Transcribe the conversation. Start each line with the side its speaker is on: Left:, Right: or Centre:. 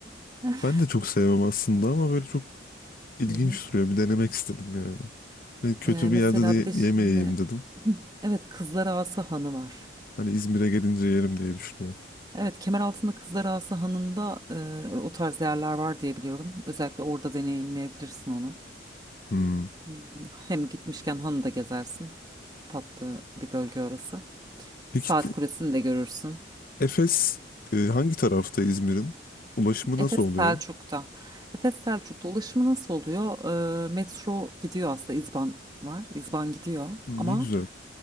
Right: <laughs>
Left: Ben de çok sevmem aslında ama böyle çok İlginç
Right: Hı hı.
Left: duruyor. Bir denemek istedim yani. Ve kötü
Right: Ee, mesela
Left: bir yerde de
Right: bir de şimdi
Left: yemeyeyim dedim.
Right: <clears throat> evet Kızlarağası Hanı var.
Left: Hani İzmir'e gelince yerim diye düşünüyorum.
Right: Evet, Kemeraltı'nda Kızlarağası Hanı'nda e, o tarz yerler var diye biliyorum. Özellikle orada deneyimleyebilirsin onu.
Left: Hmm.
Right: Hmm, Hem gitmişken hanı da gezersin. Tatlı bir bölge orası.
Left: Peki
Right: Saat
Left: bu
Right: Kulesi'ni de görürsün.
Left: Efes e, hangi tarafta İzmir'in? Ulaşımı nasıl
Right: Efes
Left: oluyor?
Right: Selçuk'ta. Efes Selçuk'ta ulaşımı nasıl oluyor? E, metro gidiyor aslında. İzban var. İzban gidiyor.
Left: Hmm,
Right: Ama
Left: ne güzel.